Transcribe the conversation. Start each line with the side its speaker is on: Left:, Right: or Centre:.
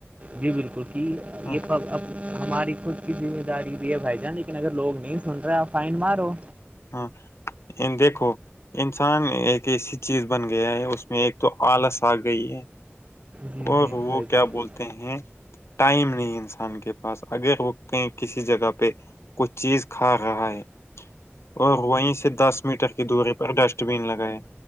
Right: جی بالکل کہ
Left: ہاں
Right: یہب ہماری خود کی ذمہ داری بھی ہے بھائی جان لیکن اگر لوگ نہیں سن رہے آپ فائن مارو
Left: ہاں دیکھو انسان ایک چیز بن گیا ہے اس میں ایک تو آلس آ گئی ہے
Right: جی
Left: اور
Right: جی جی
Left: وہ
Right: بھائی
Left: کیا
Right: جان
Left: بولتے ہیں ٹائم نہیں انسان کے پاس اگر رکتے ہیں کسی جگہ پہ کچھ چیز کھا رہا ہے اور وہیں سے دس میٹر کی دوری پر ڈسٹ بین لگائے